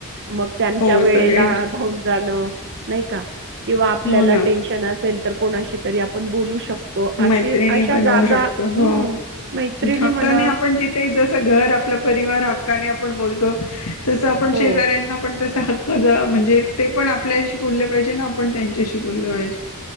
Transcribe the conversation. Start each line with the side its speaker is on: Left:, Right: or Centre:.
Right: मग त्यांच्या
Left: हो
Right: वेळेला
Left: सगळ्यां
Right: धावून जाणं नाही का किंवा आपल्याला
Left: हो ना.
Right: टेन्शन अस तर कोणाशी तरी आपण बोलू शकतो. अशी
Left: मैत्रिणी
Right: अशा
Left: बनवू
Right: जागा
Left: शकतो हो.
Right: हं. मैत्रिणी
Left: हक्काने
Right: म्हणा
Left: आपण जिथे जस घर आपला परिवार हक्काने बोलतो तस आपण
Right: हो,
Left: शेजाऱ्यांना तसा हक्क जा म्हणजे ते पण आपल्याशी बोलले पाहिजे ना आपण त्यांच्याशी बोलले पाहिजे.